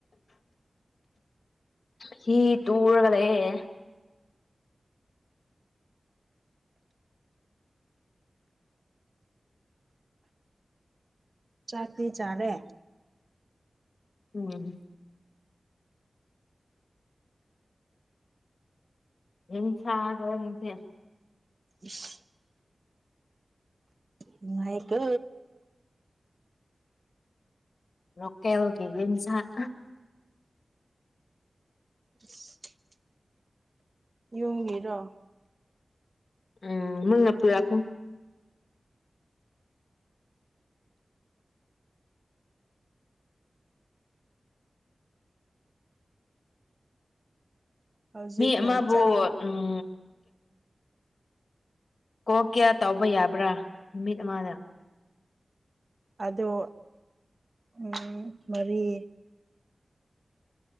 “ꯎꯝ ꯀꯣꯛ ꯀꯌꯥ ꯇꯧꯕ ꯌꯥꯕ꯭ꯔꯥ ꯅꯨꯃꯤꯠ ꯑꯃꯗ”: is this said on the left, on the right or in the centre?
Left